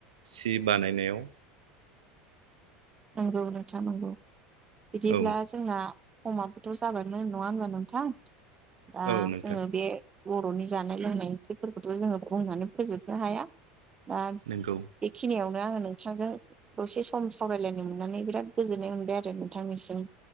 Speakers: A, on the right; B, on the right.
A: सि बानायनायाव
B: नंगौ नोंथा नोंगौ बिदिब्ला
A: औ
B: जोंना समाबोथ जाबानोानो नङा होनब्ला नोंथां दा
A: औ नोंथां
B: जोङो बे बरनि जानाय लोंनाय ओंख्रिफोरखौथ जोङो बुंनानै फोजोबनो हाया दा
A: नंगौ
B: बेखिनियावनो आङो नोंथांजों दसे सम सावरायलायनो नो मोननानै बिराद गोजोन्नाय मोनबाय आरो नोंथांनिसिम